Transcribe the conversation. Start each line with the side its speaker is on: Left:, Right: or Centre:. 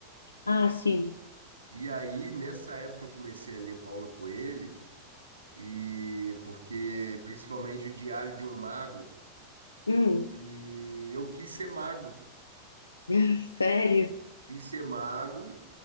Left: Ah, sim.
Right: E aí, nessa época que eu comecei a ler Paulo Coelho, E porque principalmente o Diário de um Mago,
Left: Hum,
Right: e eu quis ser mago,
Left: <laughs> sério?
Right: quis ser mago,